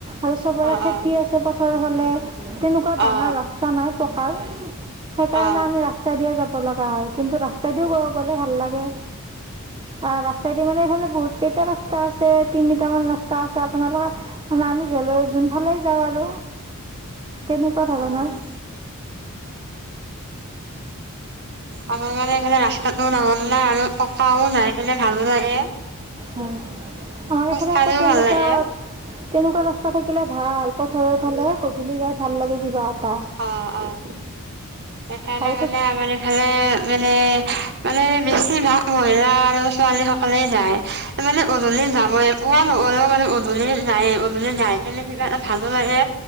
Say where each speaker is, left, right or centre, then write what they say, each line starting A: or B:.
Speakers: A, on the right; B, on the right.
A: আৰু চবৰে
B: অ'
A: খেতি
B: অ'
A: আছে পথাৰৰ ফালে তেনেকুৱা ডাঙৰ
B: অ'
A: ৰাস্তা নাই পকাৰ সেইকাৰণে
B: অ'
A: আমি ৰাস্তাই দিয়ে যাব লগা হয় কিন্তু ৰাস্তাইদিও গ গ'লে ভাল লাগে আহ ৰাস্তাইদি মানে এইফালে বহুত কেইটা ৰাস্তা আছে তিনিটামান ৰাস্তা আছে আপোনালোকে আমি য্বল যোনফালেই যাওঁ আৰু তেনেকুৱা ধৰণৰ
B: অ' অ' আমাৰ মানে এইফে ৰাস্তাতটোও নঙল নাই আৰু ককাও নাইফেে ভালো লাগে
A: হয় আমাৰ
B: খোজকাঢ়িও
A: এইফালে আকৌ তেনেকুৱা
B: ভাল লাগে
A: তেনেকুৱা ৰাস্তা থাকিলে ভাল পথাৰৰ ফালে গধূলি যাই ভাল লাগে কিবা এটা
B: অ' অ' সেইকাৰণে
A: আৰু
B: মানে
A: তো
B: আমাৰ ইফালে মানে মানে বেছিভাগ মহিলা আৰু ছোৱালী সকলে যায় মানে উধূলি যামই পোৱা ন। অলও মানে উধূলি যাই উধূলি যাই কেলে কিবা এটা ভালো লাগে